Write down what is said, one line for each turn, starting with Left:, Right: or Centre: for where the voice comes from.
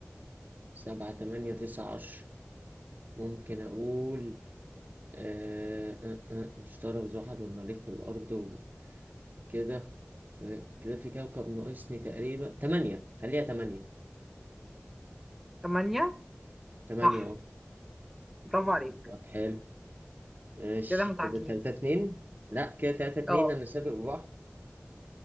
Right: سبعة تمانية تسعة عشر ممكن أقول آه آه آه مشتري وزحل والمريخ والأرض وكده آه كده في كوكب ناقصني تقريبا تمانية خليها تمانية
Centre: ثمانيه
Right: تمانية
Centre: صح
Right: أهو
Centre: برافو عليك
Right: طب حلو ماشي
Centre: كده متعادلين
Right: كده تلاتة اتنين لأ كده تلاتة اتنين
Centre: اه
Right: أنا سابق بواحد